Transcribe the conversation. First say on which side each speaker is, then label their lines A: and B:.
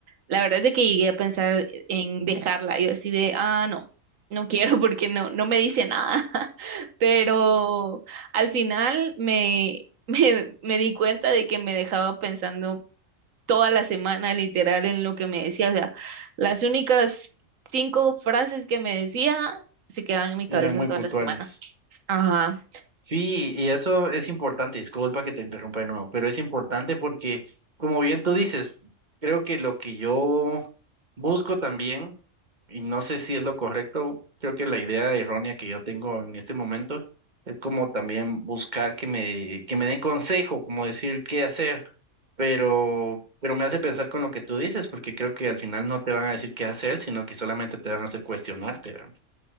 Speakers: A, on the right; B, on the right.
A: la verdad es de que llegué a pensar en dejarla. Yo así de, ah, no, no quiero porque no, no me dice nada. <laughs> Pero al final me, <laughs> me, me di cuenta de que me dejaba pensando toda la semana, literal, en lo que me decía. O sea, las únicas cinco frases que me decía se quedaban en mi
B: Eran
A: cabeza
B: muy
A: toda
B: puntuales.
A: la semana. Ajá.
B: Sí, y eso es importante, disculpa que te interrumpa de nuevo, pero es importante porque, como bien tú dices, creo que lo que yo busco también, y no sé si es lo correcto, creo que la idea errónea que yo tengo en este momento es como también buscar que me, que me den consejo, como decir qué hacer, pero, pero me hace pensar con lo que tú dices, porque creo que al final no te van a decir qué hacer, sino que solamente te van a hacer cuestionarte. ¿verdad?